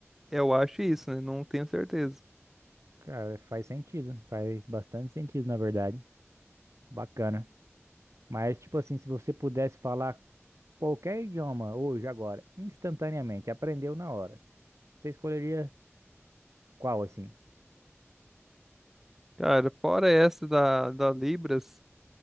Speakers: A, in the centre; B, on the right (about 80°).
A: Eu acho isso, né? Não tenho certeza.
B: Cara, faz sentido, faz bastante sentido, na verdade. Bacana. Mas, tipo assim, se você pudesse falar qualquer idioma hoje, agora, instantaneamente, aprendeu na hora, você escolheria qual, assim?
A: Cara, fora essa da, da Libras,